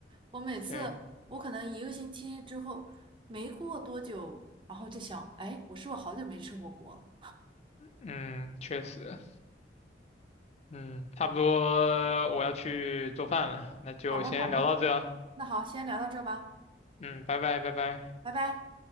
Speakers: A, on the right (about 25°); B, on the left (about 35°).
A: 我每次，
B: 对，
A: 我可能一个星期之后，没过多久，然后就想，哎，我是不是好久没吃火锅了？
B: 嗯，确实，嗯，差不多我要去做饭了，那就先聊到这啊。
A: 好的好的，那好，先聊到这儿吧，
B: 嗯，拜拜拜拜。
A: 拜拜。